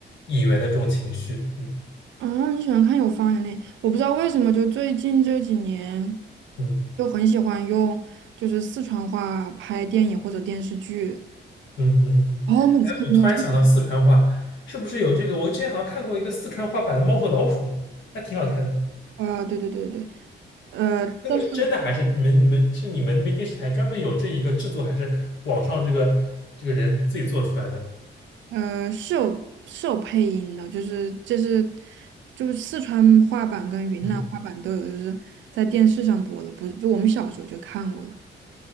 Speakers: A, on the left; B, on the right.
A: 演员的这种情绪，嗯
B: 啊，你喜欢看有方言的？我不知道为什么，就最近这几年
A: 嗯。
B: 就很喜欢用就是四川话拍电影或者电视剧，
A: 嗯嗯，嗯，
B: 然后每次看都特
A: 哎，我突然想到四川话，是不是有这个？我之前好像看过一个四川话版的《猫和老鼠》，还挺好看的。
B: 啊，对对对对，呃，
A: 那个是真的还是你们你们是你们那边电视台专门有这一个制作，
B: 但是。
A: 还是网上这个这个人自己做出来的？
B: 呃，是有是有配音的，就是这是就是四川话版跟云南话版都有，
A: 嗯，
B: 就是在电视上播的，不是就我们小时候就看过了。